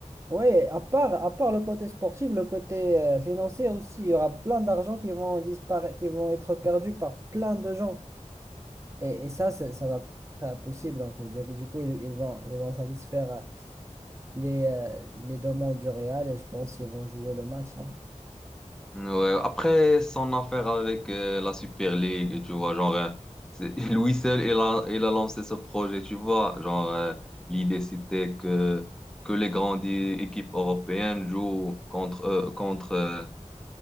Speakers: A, on the right; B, in the centre.
A: oui, à part, à part le côté sportif, le côté euh, financier aussi, il y aura plein d'argent qui vont disparaître, qui vont être perdus par plein de gens. Et, et ça, ça, ça va pas être possible, en fait. Donc, du coup, ils, ils vont, ils vont satisfaire euh, les, euh, les demandes du Real et je pense qu'ils vont jouer le match. hein.
B: Ouais, après son affaire avec euh, la Super League, tu vois, genre, euh, c'est- <laughs> lui seul, il a, il a lancé ce projet, tu vois. Genre, euh, l'idée, c'était que, que les grandes équipes européennes jouent contre, euh, contre euh,